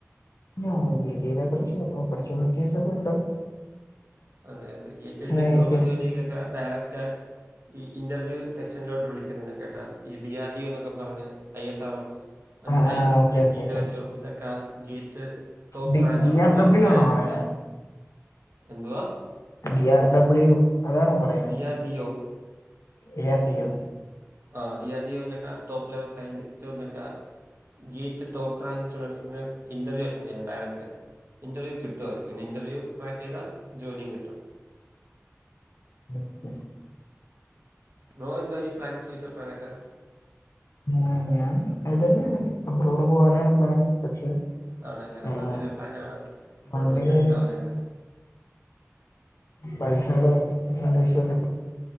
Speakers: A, on the left; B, on the right.
A: ആ വീഡിയയിലെ കൊറച്ച് ഓപ്പർച്യൂണിറ്റീസ് ഒക്കെയിണ്ട്.
B: അതെ അതെ ഗേറ്റെഴുതി
A: ആയിരിക്കും
B: ഗവൺമെന്റ് ജോലിയിലൊക്കെ ഡയറക്റ്റ് ഈ ഇന്റർവ്യൂ സെക്ഷനിലോട്ട് വിളിക്കുന്നത് ഞാൻ കേട്ടാ ഈ ഡി ആർ ഡി ഒ എന്നൊക്കെ പറഞ്ഞ് ഐ എസ് ആർ ഒ അത്
A: ആഹ്
B: scientist
A: okay okay
B: B
A: okay
B: level ജോബ്സിലൊക്കെ ഗേറ്റ് ടോപ്പ്
A: ഡി
B: റാങ്കള്ള
A: ഡി ആർ
B: പിള്ളേർക്ക്
A: ഡബ്ല്യു
B: ഡയറക്റ്റാണ്
A: ആണോ പറയണേ
B: എന്തുവാ
A: ഡി ആർ ഡബ്ല്യൂ അതാണോ പറയണേ
B: ഡിയർ ടി യോ
A: ഡി ആർ ഡി ഒ
B: ആ ഡി ആർ ഡി യൊലൊക്കെ ടോപ്പ് ലെവൽ സയന്റിസ്റ്റുംലോക്കെ ഗീത്ത് ടോപ്പ് റാഞ്ച് സ്റ്റുഡൻറ്സിന് ഇൻറർവ്യു ആറ്റന്റ് ചെയ്യാ ഡയറക്റ്റ് ഇൻറവൂ കിട്ടു പിന്നെ ഇന്റർവ്യൂ ട്രാക്ക് ചെയ്ത ജോലിയും കിട്ടും
A: <inaudible>
B: ബ്രോ എന്തോ ഈ പ്ലാൻസ് <unintelligible>
A: <unintelligible> ഞാൻ അതന്നെ അബ്രോഡ് പോവാനാണ് പ്ലാൻ പക്ഷെ
B: ആണല്ലേ
A: ഏഹ്
B: നല്ലൊരു പ്ലാനാണ് <unintelligible>
A: ഫണ്ടിങ്
B: സെറ്റിൽ ആവുന്നൊക്കെ
A: പൈസകയുടെ നല്ല ഇഷ്യൂണ്ട്